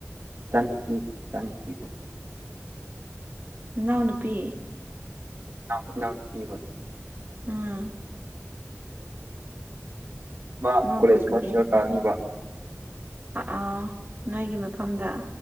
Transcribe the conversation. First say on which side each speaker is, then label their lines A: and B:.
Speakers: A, on the right (about 60°); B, on the right (about 35°).
A: ꯏꯆꯥꯅꯨꯄꯤꯕꯨ ꯏꯆꯥꯅꯨꯄꯤꯕꯨ
B: ꯏꯅꯥꯎ ꯅꯨꯄꯤ
A: ꯏꯅꯥꯎ ꯅꯨꯄꯤꯕ
B: ꯑꯝ
A: ꯃꯥ
B: ꯃꯥꯕꯨ
A: ꯀꯂ꯭ꯦꯁ
B: ꯀꯔꯤ
A: ꯐꯔꯁ ꯏꯌꯥꯔ ꯀꯥꯅꯤꯕ
B: ꯑꯥ ꯅꯣꯏꯒꯤ ꯃꯐꯝꯗ